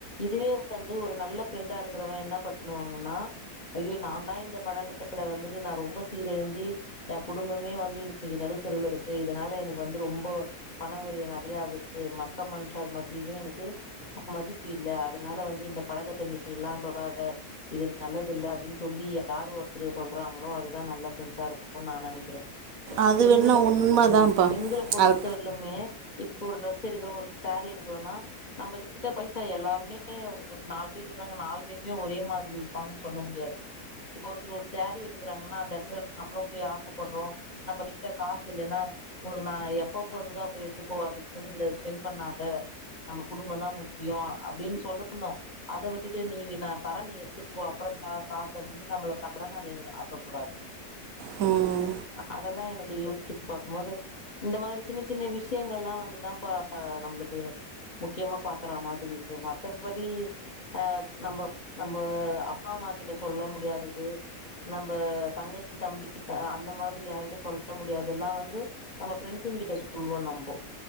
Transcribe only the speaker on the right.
அது
வேணா உண்மைதான்ப்பா
அது
ம்